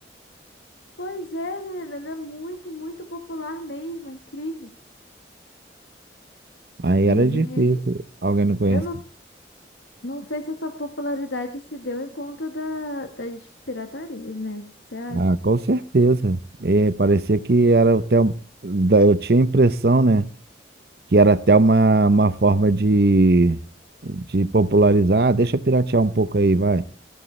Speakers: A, on the left (about 85°); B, on the right (about 55°).
A: Pois é, menina, ele é muito, muito popular mesmo, é incrível.
B: Aí
A: Ele.
B: era difícil alguém não conhecer.
A: Eu não, não sei se essa popularidade se deu em conta da, das piratarias, né? Você acha?
B: Ah, com certeza. É, parecia que era até. um- da- Eu tinha a impressão, né? Que era até uma, uma forma de, de popularizar. Ah, deixa eu piratear um pouco aí, vai.